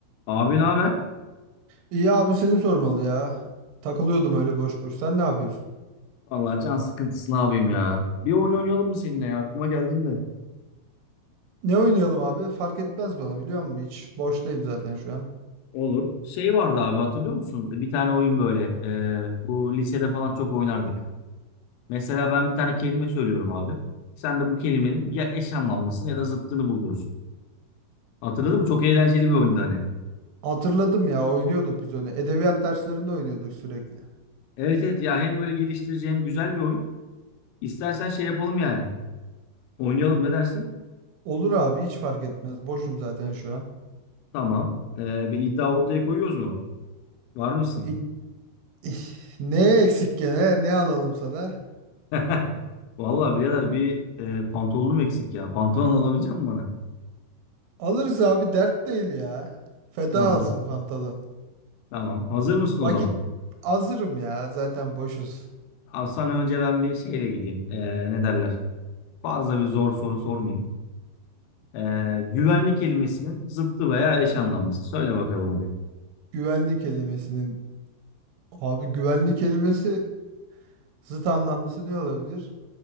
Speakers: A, on the left; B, on the right.
A: Abi ne haber?
B: İyi abi seni sormalı ya. Takılıyordum öyle boş boş. Sen ne yapıyorsun?
A: Vallahi can sıkıntısı ne yapayım ya. Bir oyun oynayalım mı seninle ya? Aklıma geldin de.
B: Ne oynayalım abi? Fark etmez bana biliyor musun? Hiç boştayım zaten şu an.
A: Olur. Şey vardı abi hatırlıyor musun? Bir tane oyun böyle. e, bu lisede falan çok oynardık. Mesela ben bir tane kelime söylüyorum abi. Sen de bu kelimenin ya eş anlamlısını ya da zıttını buluyorsun. Hatırladın mı? Çok eğlenceli bir oyundu hani.
B: Hatırladım ya oynuyorduk biz onu. Edebiyat derslerinde oynuyorduk sürekli.
A: Evet evet ya hem böyle geliştirici hem güzel bir oyun. İstersen şey yapalım yani. Oynayalım ne dersin?
B: Olur abi hiç fark etmez. Boşum zaten şu an.
A: Tamam. E, bir iddia ortaya koyuyoruz mu? Var mısın?
B: İ- ih, ne eksik gene? Ne alalım sana?
A: <laughs> Vallahi birader bir e, pantolonum eksik ya. Pantolon alabilecek misin bana?
B: Alırız abi dert değil ya. Feda
A: Tamam.
B: olsun Fantalı.
A: Tamam. Hazır mısın
B: Vakit
A: o zaman?
B: hazırım ya zaten boşuz.
A: Abi sana önce ben bir şeyle gideyim. E, ne derler? Fazla bir zor soru sormayayım. E, güvenlik kelimesinin zıttı veya eş anlamlısı. Söyle bakalım hadi.
B: Güvenlik kelimesinin abi güvenlik kelimesi Zıt anlamlısı ne olabilir?